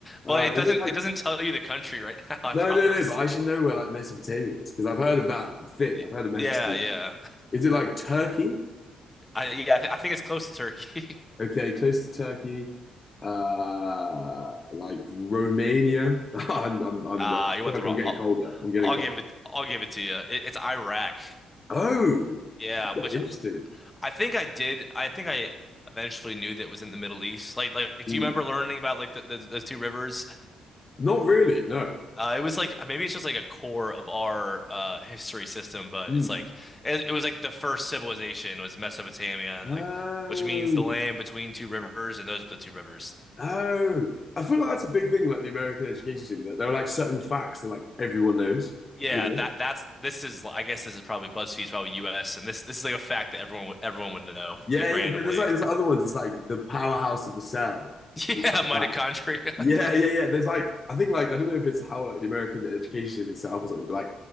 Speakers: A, on the left; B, on the left.
A: but
B: Uh,
A: it
B: is
A: doesn't
B: it like
A: it doesn't tell you the country right now. <laughs> I
B: No,
A: promise.
B: no, no. But I should know where like Mesopotamia is because I've heard of that thing.
A: Y-
B: I've heard of Mesopotamia.
A: Yeah, yeah.
B: Is it like Turkey?
A: I yeah I, th I think it's close to Turkey. <laughs>
B: Okay, close to Turkey. Uh, like Romania. <laughs> I'm, I'm, I'm
A: Ah,
B: wet. I
A: you
B: feel
A: went
B: like
A: the wrong.
B: I'm getting
A: I'll,
B: colder. I'm getting
A: I'll
B: colder.
A: give it I'll give it to you. It, it's Iraq.
B: Oh,
A: Yeah,
B: okay,
A: which
B: interesting.
A: I think I did. I think I eventually knew that it was in the Middle East. Like, like, do
B: Hmm.
A: you remember learning about like the, the, those two rivers?
B: Not really. No.
A: Uh, it was like maybe it's just like a core of our uh, history system, but
B: Hmm.
A: it's like it, it was like the first civilization was Mesopotamia, and
B: Oh,
A: like which means the land between two rivers, and those are the two rivers.
B: oh. I feel like that's a big thing. Like the American education system, that there are like certain facts that like everyone knows.
A: Yeah,
B: You know.
A: that that's this is I guess this is probably BuzzFeed's probably U.S. and this this is like a fact that everyone would everyone would know
B: Yeah,
A: like
B: yeah.
A: randomly.
B: But there's like there's other
A: <laughs>
B: ones. It's like the powerhouse of the cell
A: Yeah,
B: and stuff
A: mitochondria.
B: like that. Yeah, yeah, yeah. There's like I think like I don't know if it's how like the American education system is set up or something, but like